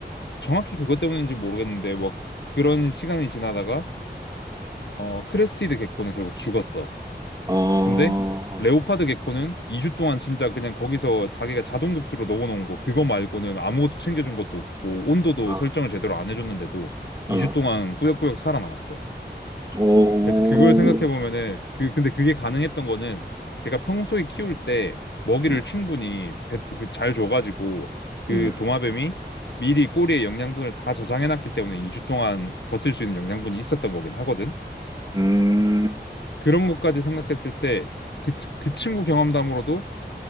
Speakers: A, on the left; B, on the right.
A: 정확히 그것 때문인지 모르겠는데 뭐 그런 시간이 지나다가 어 크레스티드 개코는 결국 죽었어.
B: 어, 어,
A: 근데 레오파드 개코는 2주 동안 진짜 그냥 거기서 자기가 자동급수로 넣어놓은 거 그거 말고는 아무것도 챙겨준 것도 없고 온도도
B: 어,
A: 설정을 제대로 안 해줬는데도
B: 어,
A: 2주 동안 꾸역꾸역 살아남았어.
B: 오,
A: 그래서 그걸 생각해 보면은 그 근데 그게 가능했던 거는 걔가 평소에 키울 때 먹이를
B: 음,
A: 충분히 배- 그잘 줘가지고 그
B: 음,
A: 도마뱀이 미리 꼬리에 영양분을 다 저장해 놨기 때문에 2주 동안 버틸 수 있는 영양분이 있었던 거긴 하거든.
B: 음,
A: 그런 것까지 생각했을 때 그 그 친구 경험담으로도